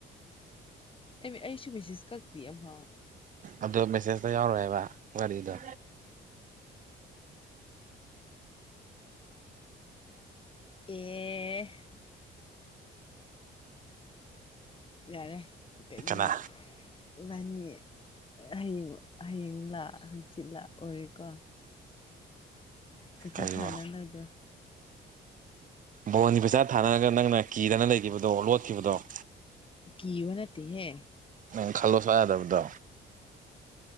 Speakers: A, on the left; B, on the right.
A: ꯑ ꯑꯩꯁꯨ ꯃꯤꯁꯤꯁ ꯀꯥꯛꯛꯦꯌꯦ ꯑꯝꯐꯥꯎ
B: ꯑꯗꯣ ꯃꯦꯁꯦꯖꯇ ꯌꯥꯎꯔꯣꯏ ꯍꯥꯏꯕ ꯋꯥꯔꯤꯗꯣ
A: ꯑꯦ <unintelligible> ꯌꯥꯔꯦ ꯀꯩꯅꯣ
B: ꯀꯅꯥ
A: ꯏꯕꯥꯅꯤ ꯍꯌꯦꯡ ꯍꯌꯦꯡꯂ ꯂꯥ ꯍꯪꯆꯤꯜꯂꯥ ꯑꯣꯏꯔꯦꯀꯣ ꯄꯩꯁꯥ
B: ꯀꯔꯤꯕꯣ
A: ꯊꯥꯟꯅ <unintelligible>
B: ꯕꯣꯟꯒꯤ ꯄꯩꯆꯥ ꯊꯥꯅꯔꯒ ꯅꯪꯅ ꯀꯤꯗꯅ ꯂꯩꯈꯤꯕꯗꯣ ꯂꯣꯠꯈꯤꯕꯗꯣ
A: ꯀꯤꯕ ꯅꯠꯇꯦꯍꯦ
B: ꯅꯪ ꯈꯜꯂꯣ ꯁꯨꯡꯌꯥ ꯌꯥꯗꯕꯗꯣ